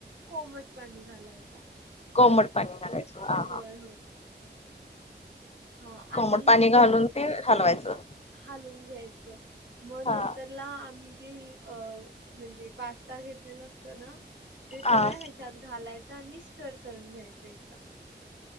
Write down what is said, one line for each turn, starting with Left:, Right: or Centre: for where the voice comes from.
Right: कोमट पाणी घालायचा
Left: कोमड पाणी घालायच ह हा
Right: होय
Left: हा
Right: होय हा
Left: कोमट
Right: आणि
Left: पाणी
Right: कोमट
Left: घालून ते हलवायचं
Right: हालून घ्यायचं मग नंतर
Left: हा
Right: ला आम्ही जे अ म्हणजे पास्ता घेतलेला असतो ना? ते
Left: हा
Right: सगळं ह्याच्यात घालायचं आणि स्टर करून घ्यायचं एकदम